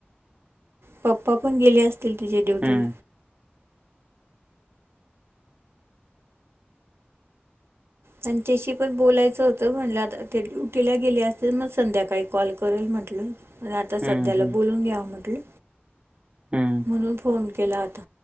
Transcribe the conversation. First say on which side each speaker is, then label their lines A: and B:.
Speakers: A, on the right; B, on the right.
A: पप्पा पण गेले असतील तिच्या ड्युटीला.
B: हं,
A: त्यांच्याशी पण बोलायचं होतं म्हटलं ते उठील्या गेले असतील मग संध्याकाळी कॉल करेल म्हटलं. आणि आता
B: हं,
A: सध्याला
B: हं,
A: बोलून घ्या म्हटलं
B: हं.
A: म्हणून फोन केला आता.